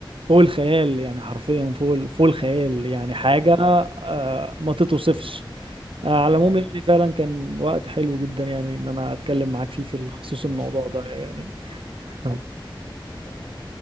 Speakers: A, on the right; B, on the left.
A: فوق الخيال يعني حرفيا فوق ال- فوق الخيال
B: أه
A: يعني حاجة
B: أيوه أيوه
A: آه، ما تتوصفش آه، على
B: أه
A: العموم يعني فعلا كان وقت حلو جدا يعني ان انا اتكلم معاك فيه في خصوص الموضوع
B: شكرا
A: ده يعني <laughs>
B: شكرا